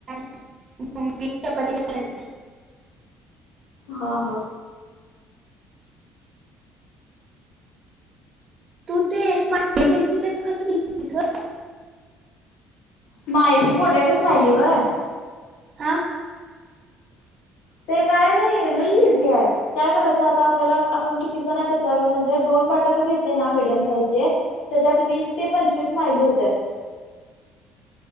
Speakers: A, on the right; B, on the left.
A: <unintelligible>
B: हा हा.
A: तू ते स्माईली केलतीस ते कशी केलतीस ग?
B: स्मायली पोट्याटो स्मायली होय?
A: हां. <inaudible>
B: ते काय नाही लय इझी आहे. काय करायचं आता आपल्याला आपण किती जण आहे त्याच्यावर म्हणजे दोन बटाटो घेतले ना मीडियम साईजचे, त्याच्यात वीस ते पंचवीस स्मायली होत्यात.